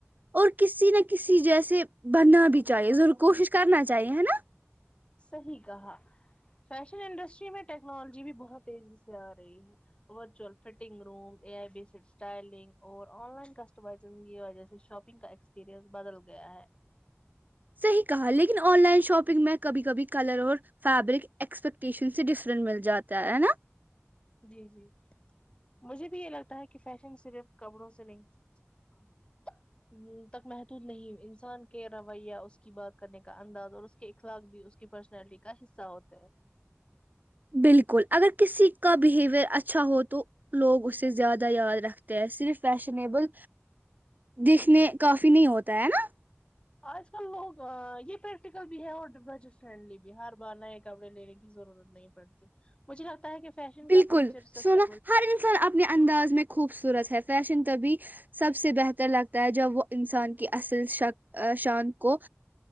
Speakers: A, on the right (about 40°); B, on the left (about 25°).
A: اور کسی نہ کسی جیسے بننا بھی چاہیے ضرور کوشش کرنا چاہیے ہے نا
B: صحیح کہا فیشن انڈسٹری میں ٹیکنالوجی بھی بہت تیزی سے آ رہی ہے virtual fitting room A I based styling اور آن لائن کسٹمائزنگ کی وجہ سے شاپ گ کا ایکسپیرنس بدل گیا ہے
A: صحیح کہا لیکن آن لائن شاپنگ میں کبھی کبھی کلر اور فیبرک ایکسپیکٹیشن سے ڈفرنٹ مل جاتا ہے نا
B: جی جی مجھے بھی یہ لگتا ہے کہ فیشن صرف کپڑوں سے نہیں ہ <unintelligible> تک محدود نہیں انسان کے رویہ اس کی بات کرنے کا انداز اور اخلاق بھی اس کی پرسنالٹی کا حصہ ہوتا ہیں
A: بالکل اگر کسی کا بہیویر اچھا ہو تو لوگ اسے زیادہ یاد رکھتے ہیں صرف فیشنیبل دیکھنے کافی نہیں ہوتا ہے نا
B: آج کل لوگ یہ پریکٹیکل بھی ہے اور بجٹ فرینڈلی بھی ہے ہر بار نئے کپڑے لینے کی ضرورت نہیں پڑتی مجھے لگتا ہے کہ فیشن
A: بالکل
B: کا فیوچر سسٹا
A: سونا ہر انسان انداز میں خوبصورت ہے فیشن تبھی سب سے بہتر لگتا ہے جب وہ انسان کی اصل شک شان کو